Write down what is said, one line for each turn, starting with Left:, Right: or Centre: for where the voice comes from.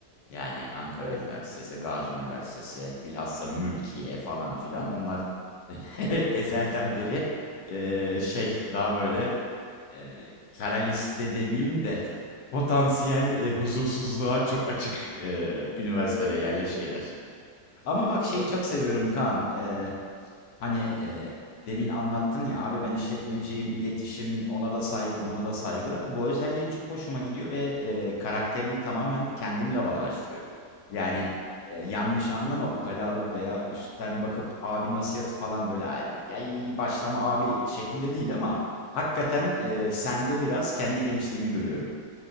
Left: Yani Ankara
Right: Ya
Left: Üniversitesi, Gazi Üniversitesi, bilhassa Mülkiye falan filan onlar <laughs> ezelden
Right: <laughs>
Left: beri e, şey daha böyle eee kara liste demeyeyim de potansiyel e, huzursuzluğa çok açık e, üniversite
Right: evet.
Left: ve yerleşkeler. Ama bak şeyi
Right: Ya
Left: çok
Right: as-
Left: seviyorum Kaan. E,
Right: Hı hı.
Left: Hani, eee, demin anlattın ya, abi ben işletmeciyim, iletişim, ona da saygı, buna da saygı. Bu özelliğin çok hoşuma gidiyor ve, eee, karakterini tamamen kendimle bağdaştırıyorum. Yani, eee, yanlış anlama, ukalalık veya üstten bakıp abi nasihatı falan böyle, "Ay, yay, başlama abi." şeklinde değil ama hakikaten, eee, sende biraz kendi gençliğimi görüyorum.